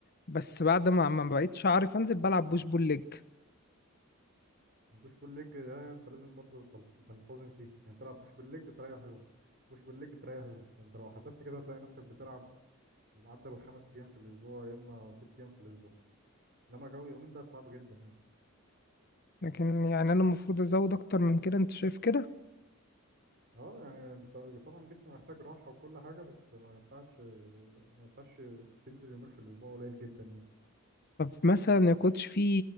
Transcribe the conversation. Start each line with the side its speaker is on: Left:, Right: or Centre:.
Left: بس بعد ما ما بقيتش عارف انزل بلعب بوش بول ليج
Right: البوش بول ليج ده انت لازم برضو تل- تنتظم فيه يعني تلعب بوش بول ليج تريح يوم بوش بول ليج تريح يوم فانت لو حسبت كده هتلاقي نفسك بتلعب معدل خمس ايام في الاسبوع يا اما ست ايام في الاسبوع انما جو يومين ده صعب جدا يعني
Left: لكن يعني انا المفروض ازود اكتر من كده انت شايف كده
Right: اه يعني انت طبعا جسمي محتاج راحه وكل حاجه بس ما ينفعش ما ينفعش تنزل يومين في الاسبوع قليل جدا يعني
Left: فمثلا ما كنتش في